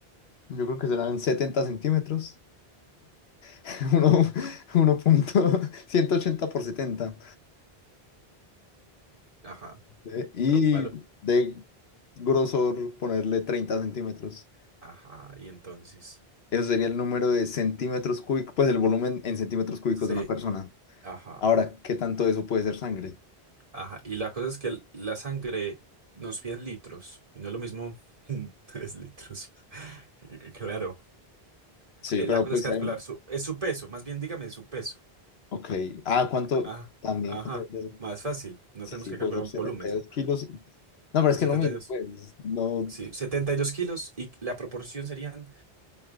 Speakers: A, on the left; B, on the right.
A: yo creo que serán 70 centímetros. <laughs> uno- uno punto ciento ochenta por 70
B: Ajá,
A: eh, Y
B: da un valor.
A: de grosor ponerle treinta centímetros.
B: Ajá, y entonces.
A: Eso sería el número de centímetros cúbicos, pues el volumen en centímetros cúbicos
B: Sí.
A: de una persona.
B: Ajá,
A: Ahora, ¿qué tanto de eso puede ser sangre?
B: ajá. Y la cosa es que el- la sangre nos piden litros, y no es lo mismo <laughs> tres litros. <laughs> Claro.
A: Sí,
B: Eh,
A: pero
B: la cosa
A: pues,
B: es calcular
A: hay un-
B: su, es su peso, más bien dígame su peso.
A: ok. Ah, ¿cuánto?
B: Ajá,
A: También,
B: ajá.
A: ¿cuánto debe ser?
B: Más fácil, no
A: Sí,
B: tenemos
A: sí,
B: que
A: puede
B: calcular
A: ser
B: un
A: setenta
B: volumen, ¿cierto?
A: y dos kilos. No, pero es
B: setenta
A: que lo mismo,
B: y dos
A: pues, no,
B: Sí, 72 kilos y la proporción serían